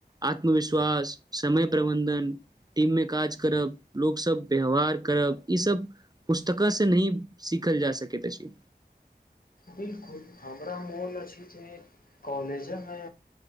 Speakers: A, on the right; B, on the left.
A: आत्मविश्वास समय प्रबंधन टीम मे काज करब लोकसभ व्यवहार करब ईसभ पुस्तक से नहि सीखल जा सकै अछि।
B: बिलकुल हमरा मोन अछि जे कॉलेज मे